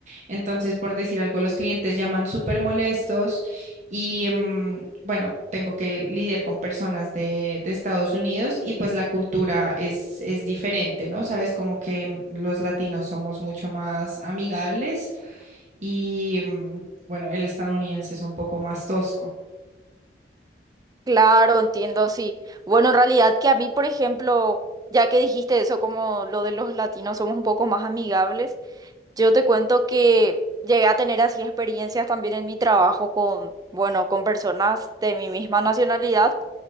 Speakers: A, on the right; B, on the right.
A: Entonces, por decir algo, los clientes llaman súper molestos y mm, bueno, tengo que lidiar con personas de, de Estados Unidos y pues la cultura es, es diferente, ¿no? Sabes, como que los latinos somos mucho más amigables y mm, bueno, el estadounidense es un poco más tosco.
B: Claro, entiendo, sí. Bueno, en realidad que a mí, por ejemplo, ya que dijiste eso, como lo de los latinos somos un poco más amigables, yo te cuento que llegué a tener así experiencias también en mi trabajo con, bueno, con personas de mi misma nacionalidad.